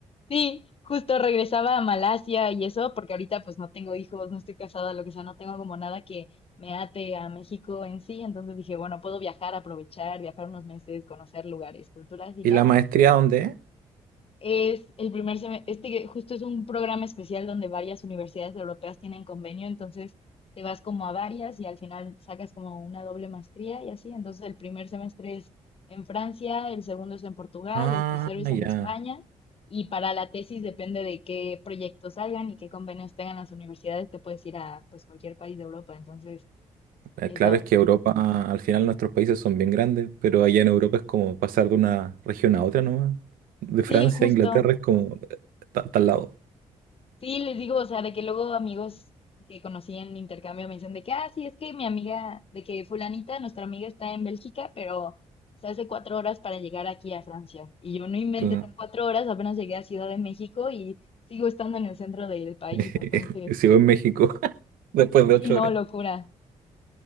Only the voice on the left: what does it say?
Sí, justo regresaba a Malasia y eso porque ahorita pues no tengo hijos, no estoy casada, lo que sea, no tengo como nada que me ate a México en sí. Entonces dije, bueno, puedo viajar, aprovechar, viajar unos meses, conocer lugares, culturas y
tal.
Es el primer semestre, este que justo es un programa especial donde varias universidades europeas tienen convenio, entonces te vas como a varias y al final sacas como una doble maestría y así. Entonces el primer semestre es en Francia, el segundo es en Portugal,
el tercero es en
España y para la tesis depende de qué proyectos salgan y qué convenios tengan las universidades, te puedes ir a pues cualquier país de Europa. Entonces,
eso.
Sí,
justo.
Sí, les digo, o sea, de que luego amigos que conocí en intercambio me dicen de que, ah, sí, es que mi amiga, de que fulanita, nuestra amiga está en Bélgica, pero se hace cuatro horas para llegar aquí a Francia. Y yo no inventes,
en cuatro horas apenas llegué a Ciudad de México y sigo estando en el centro del país.
Entonces,
sí,
no,
locura.